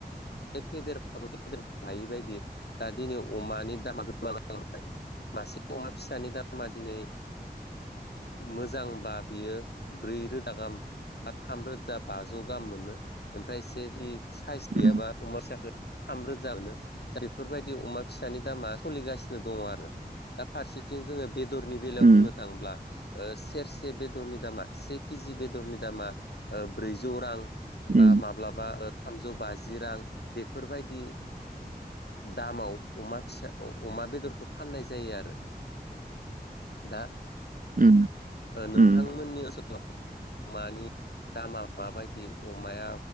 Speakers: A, on the left; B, on the right.
A: बे फेदेर बाबो फेदेर हायि बायदि दा दिनै अमानि दामा गोमालांबाय मासे अमा फिसानि दामा दिनै मोजांबा बियो ब्रै रोजा गाहाम बा थाम रोजा बाजौ गाहाम मोनो ओमफ्राय एसे जुदि साइस गैयाबा
B: उम
A: अमा फिसाखौ थामरोजा मोनो दा बेफोरबायदि अमा फिसानि दामा सोलिगासिनो दङ आरो दा फारसेथिं जोङो बेदरनि बेलायाव
B: उम
A: बुंनो थाङोब्ला सेरसे बेदरनि दामा से केजि बेदरनि दामा ब्रैजौ रां
B: उम
A: बा माब्लाबा थामजौ बाजि रां बेफोरबायदि दामाव अमा फिसा अमा बेदरखौ फाननाय जायो आरो दा
B: उम
A: नोंथांमोननि
B: उम
A: ओनसोलाव अमानि दामा माबायदि अमाया